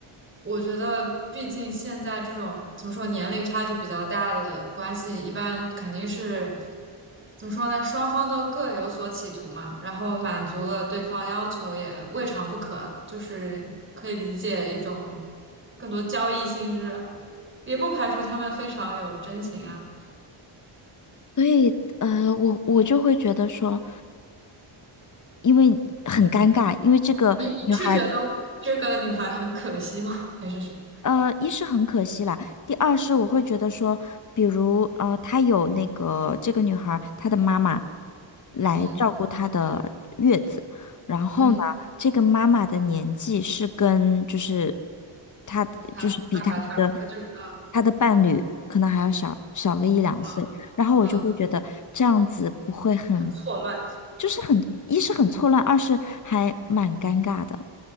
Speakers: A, on the right; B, on the left.
A: 我觉得毕竟现在这种怎么说年龄差距比较大的关系，一般肯定是怎么说呢？双方都各有所企图嘛，然后满足了对方要求也未尝不可啊，就是可以理解一种更多交易性质。也不排除他们非常有真情啊。
B: 所以呃，我我就会觉得说，因为很尴尬，因为这个女孩儿，
A: 你你是觉得这个女孩很可惜吗？还是什么？
B: 呃，一是很可惜啦，第二是我会觉得说，比如呃，她有那个这个女孩儿她的妈妈。来照顾她的月子。
A: 嗯
B: 然后呢，
A: 嗯，
B: 这个妈妈的年纪是跟就是她就是比她的
A: 她爸爸差不呃就是嗯
B: 她的伴侣可能还要小小个一两岁。
A: 嗯
B: 然后我就会觉得这样子不会很，
A: 嗯，很错乱。
B: 就是很，一是很错乱，二是还蛮尴尬的。